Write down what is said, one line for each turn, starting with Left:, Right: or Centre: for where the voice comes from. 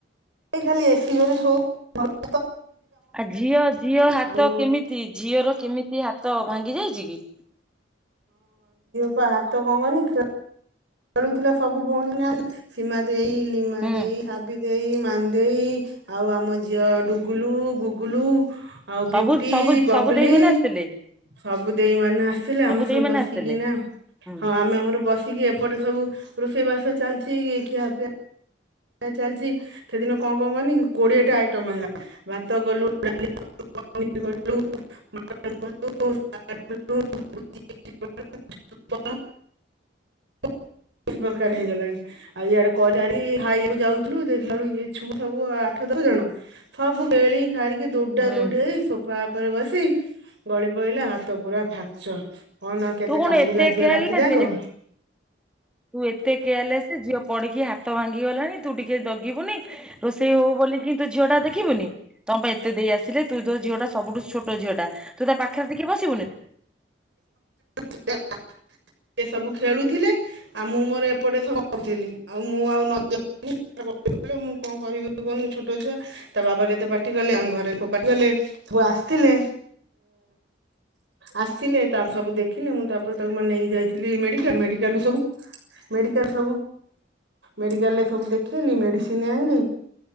Right: ଏ ଖାଲି ଏସି ଘରେ ଶୋ <unintelligible>
Centre: ଆ ଝିଅ ଝିଅ ହାତ
Right: ଆଉ
Centre: କେମିତି ଝିଅର କେମିତି ହାତ ଭାଙ୍ଗି ଯାଇଛି କି?
Right: ତା ହାତ କଣ କହନି ଖେ ଖେଳୁଥିଲା ସବୁ ଭଉଣୀ ନା ସୀମା ଦେଇ ଲିମା
Centre: ହୁଁ
Right: ଦେଇ ଶାବି ଦେଇେ ମାନ୍ ଦେଇ ଆଉ ଆମ ଝିଅ ଡୁଗୁଲୁ ଗୁଗୁଲୁ ଆଉ
Centre: ସବୁ
Right: ବୁଇଟି
Centre: ସବୁ
Right: ବବଲି
Centre: ସବୁ ଦେଇ ମାନେ ଆସିଥିଲେ
Right: ସବୁ ଦେଇ ମାନେ ଆସିଲେ ଆମେ
Centre: ଦେଇ
Right: ସବୁ
Centre: ମାନେ
Right: ବସିକି
Centre: ଆସିଥିଲେ
Right: ନା
Centre: ହୁଁ
Right: ହଁ ଆମେ ଆମର ବସିକି ର ସବୁ ରୋଷେଇବାସ ଚାଲିଛି କି ଖିଆ ପିଆ ଚାଲିଛି ସେଦିନ କଣ କଣ କହନି କୋଡିଏଟା ଆଇଟମ ହେଲା ଭାତ କଲୁ ଡାଲି କଲୁ ପନିର କଲୁ <unintelligible> ପ୍ରକାର ହେଇଗଲାଣି ଆଉ ଇଆଡେ କଜାରି ଖାଇବାକୁ ଯାଉଥିଲୁ ଦେଖାଲା ବେଳୁ ଇ ଛୁଆ ସବୁ ଆଠ ଦଶ ଜଣ ସବୁ କେଳି ଖାଳିକି ଦୌଡା
Centre: ହୁଁ
Right: ଦୌଡି ହେଇ ସୋଫା୍ ଉପରେ ବସି ଗଳି ପଡିଲା ହାତ ପୁରା ଫ୍ରାକ୍ଚର। ହଁ ନା କେତେ
Centre: ତୁ କଣ
Right: କାନ୍ଦିଲା
Centre: ଏତେ
Right: ଝିଅ
Centre: କେୟାରଲେସ୍
Right: ରାତି ଯାକ।
Centre: ତୁ ଏତେ କେୟରାଲେସ ଝିଅ ପଡିକି ହାତ ଭାଙ୍ଗି ଇ ଗଲାଣି ତୁ ଟିକେ ଜଗିବୁନି। ରୋଷେଇ ହଉ ବୋଲି କି ତୁ ଝିଅ ଟା ଦେଖିବୁନି ତମ ପାଇଁ ଏତେ ଦେଇ ଆସିଲେ ତୁ ତୋ ଝିଅଟା ସବୁ ଠୁ ଛୋଟ ଝିଅ ଟା ତୁ ତା ପାଖରେ ଟିକେ ବସିବୁନି।
Right: <unintelligible> ଏ ସବୁ ଖେଳୁଥିଲେ ଆଉ ମୁଁ ମୋର ଏପଟେ ସବୁ କରୁଥିଲି ଆଉ ମୁଁ ଆଉ ନଜର <unintelligible> ମୁଁ କଣ କରିବି କହୁନି ଛୋଟ ଛୁଆ ତା ବାବା କେତେ ପାଟି କଲେ ଆମ ଘରେ ପାଟି କଲେ ଆସ ଥିଲେ ଆସିଲଥିଲେ ତା ସବୁ ଦେଖିଲେ ମୁଁ ତାପରେ ତାକୁ ମାନ ନେଇକି ଯାଇଥିଲି ମେଡିକାଲ ମେଡ଼ିକାଲ ସବୁ ମେଡ଼ିକାଲ ସବୁ ମେଡିକାଲରେ ସବୁ ଦେଖେଇଲି ମେଡ଼ିସିନ ଆଣିଲି